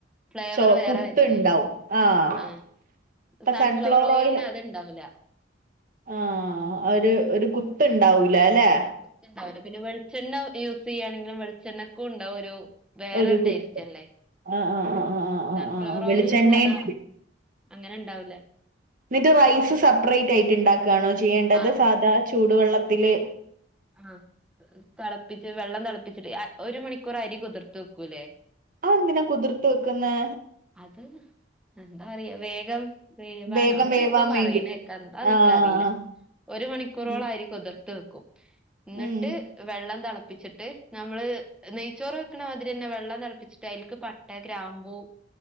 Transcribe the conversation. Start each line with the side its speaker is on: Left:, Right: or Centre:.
Centre: ഫ്ലേവർ
Right: ചോ
Centre: വേറെ
Right: കുത്തുണ്ടാവും
Centre: വരില്ലേ
Right: ആഹ്
Centre: ആഹ്
Right: ഇപ്പൊ
Centre: സൺഫ്ലവർ ഓയിൽന്
Right: ഓയിൽ
Centre: അത്ണ്ടാവുല
Right: ആഹ് ഒരു ഒരു കുത്ത് ണ്ടാവൂലാലേ
Centre: ത്ണ്ടാവ് ല പിന്നെ വെളിച്ചെണ്ണ യൂസെയ്യാണെങ്കിലും വെളിച്ചെണ്ണക്കും ഉണ്ടാവും ഒരു വേറരു
Right: ഒരു കുത്ത്
Centre: ടേസ്റ്റല്ലേ
Right: ആഹ് ആഹ് ആഹ് ആഹ് ആഹ്
Centre: സൺഫ്ലവർ
Right: ആഹ് ആഹ് വെളിച്ചെണ്ണയും
Centre: ഓയിലിന് പിന്നെ അതാ അങ്ങനെണ്ടാവൂലേ
Right: ന്നിട്ട് റൈസ് സെപ്പറേറ്റ് ആയിട്ട് ഇണ്ടാക്കാണോ ചെയ്യേണ്ടത്
Centre: ആഹ്
Right: സാധാ ചൂടുവെള്ളത്തില്
Centre: ആഹ് തിളപ്പിച്ച് വെള്ളം തിളപ്പിച്ചിട്ട് ഒരു മണിക്കൂർ അരി കുതിർത് വെക്കൂല്ലേ
Right: അഎന്തിനാ കുതിർത്ത് വെക്കുന്നേ
Centre: അത് എന്താ പറയാ വേഗം വേവാനോ
Right: വേഗം
Centre: അങ്ങനെ
Right: വേവാൻ
Centre: എന്തോ പറയണേക്കാ
Right: വേണ്ടി
Centre: അഒന്നും
Right: ആഹ്
Centre: ഇൻക്കറിയില്ല ഒരു മണിക്കൂറോളാരി
Right: ഉം
Centre: കുതിർ ത്ത് വെക്കും എന്നിട്ട്
Right: ഉം
Centre: വെള്ളം തിളപ്പിച്ചിട്ട് നമ്മള് നെയ്ച്ചോറ് വെക്കണമാതിരിയെന്നെ വെള്ളം തിളപ്പിച്ചിട്ട് അതിൽക്ക് പട്ട ഗ്രാമ്പൂ